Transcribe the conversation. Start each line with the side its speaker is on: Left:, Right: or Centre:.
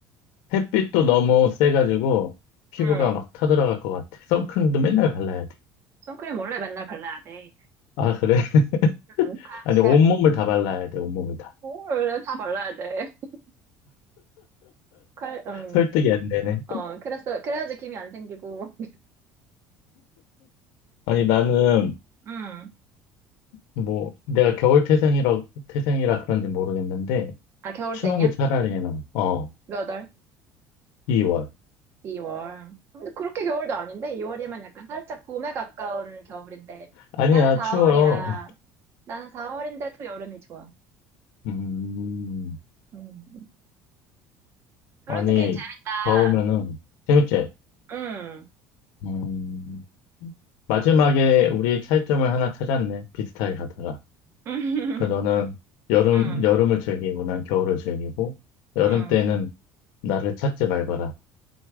Left: 햇빛도 너무 세가지고, 피부가
Right: 응.
Left: 막 타들어갈 것 같아. 선크림도 맨날 발라야 돼.
Right: 선크림 원래 맨날 발라야 돼.
Left: 아, 그래? <laughs>
Right: 응, 관시야
Left: 아니, 온몸을
Right: 돼.
Left: 다 발라야 돼, 온몸을 다.
Right: 원래 다 발라야 돼. <laughs> 칼, 음,
Left: 설득이 안 되네.
Right: 어, 그래서, 그래야지 김이 안 생기고.
Left: 아니,
Right: <laughs>
Left: 나는,
Right: 응.
Left: 뭐, 내가 겨울 태생이라, 태생이라 그런지 모르겠는데,
Right: 아, 겨울생이야?
Left: 추운 게 차라리 나. 어,
Right: 몇 월?
Left: 2월.
Right: 2월. 근데 그렇게 겨울도 아닌데? 2월이면 약간 살짝 봄에 가까운 겨울인데.
Left: 아니야,
Right: 나는 4월이라.
Left: 추워요.
Right: 나는 4월인데도 여름이 좋아.
Left: <laughs> 음.
Right: 음. 그런
Left: 아니,
Right: 스 게임 재밌다.
Left: 다 오면은 재밌지?
Right: 응.
Left: 음, 마지막에 우리 차이점을 하나 찾았네. 비슷하게 가다가.
Right: <laughs> 응.
Left: 그 너는 여름,
Right: 응.
Left: 여름을 즐기고 난 겨울을 즐기고, 여름
Right: 응.
Left: 때는 나를 찾지 말거라.